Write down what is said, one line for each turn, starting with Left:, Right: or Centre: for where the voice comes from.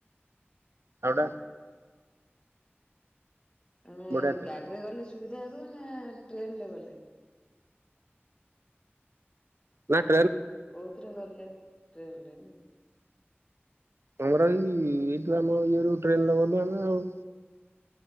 Right: ଆଉଟା
Left: ଆମେ
Right: ବଢିଆ ଥିଲା
Left: ଗାଡିରେ ଗଲେ ସୁବି <unintelligible> ନା ଟ୍ରେନରେ ଗଲେ?
Right: <unintelligible>
Left: କଉଥିଲରେ ଗଲ ହେ ଟ୍ରେନରେ
Right: ଆମର ଏଇ ଏଇଠୁ ଆମ ଇଏ ରୁ ଟ୍ରେନରେ ଗଲୁ ଆମେ ଆଉ।